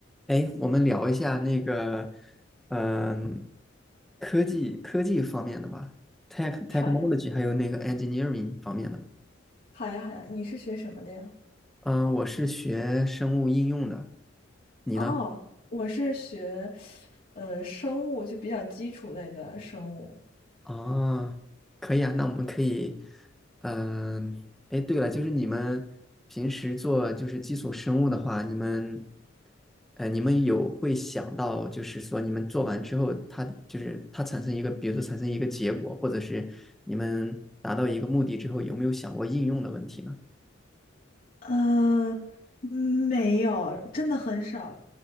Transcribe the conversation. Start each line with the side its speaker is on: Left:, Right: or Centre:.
Centre: 哎，我们聊一下那个，嗯、科技科技方面的吧，tech technology，
Left: 好呀，
Centre: 还有那个 engineering 方面的。
Left: 好呀，好呀，你是学什么的呀？
Centre: 嗯、我是学生物应用的，你呢？
Left: 哦，我是学，呃，生物，就比较基础类的生物。
Centre: 哦，可以啊，那我们可以，嗯、哎，对了，就是你们平时做就是基础生物的话，你们，呃，你们有会想到，就是说你们做完之后，它就是它产生一个，比如说产生一个结果，或者是你们达到一个目的之后，有没有想过应用的问题呢？
Left: 呃，没有，真的很少。